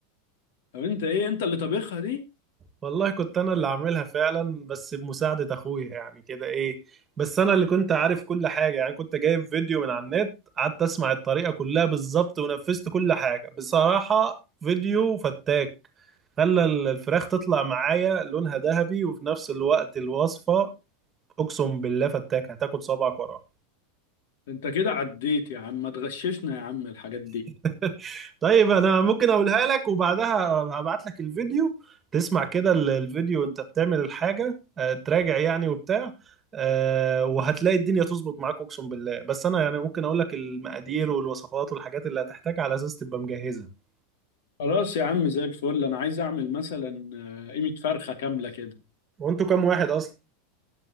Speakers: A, on the left; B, on the right.
A: طب انت ايه انت اللي طبخها دي
B: والله كنت انا اللي عاملها فعلا بس بمساعدة اخويا يعني كده ايه بس انا اللي كنت عارف كل حاجة يعني كنت جايب فيديو من على النت قعدت اسمع الطريقة كلها بالظبط ونفذت كل حاجة بصراحة فيديو فتاك خلى الفراخ تطلع معايا لونها ذهبي وفي نفس الوقت الوصفة اقسم بالله فتاك هتاكل صبعك وراها
A: انت كده عديت يا عم ما تغششنا يا عم الحاجات دي
B: <laughs> طيب انا ممكن اقولها لك وبعدها هبعت لك الفيديو تسمع كده ال- الفيديو وانت بتعمل الحاجة آه، تراجع يعني وبتاع آه، وهتلاقي الدنيا تظبط معاك اقسم بالله بس انا يعني ممكن اقول لك المقادير والوصفات والحاجات اللي هتحتاجها على اساس تبقى مجهزة
A: خلاص يا عم زي الفل انا عايز اعمل مثلا آه، قيمة فرخة كاملة كده
B: وانتوا كام واحد اصلا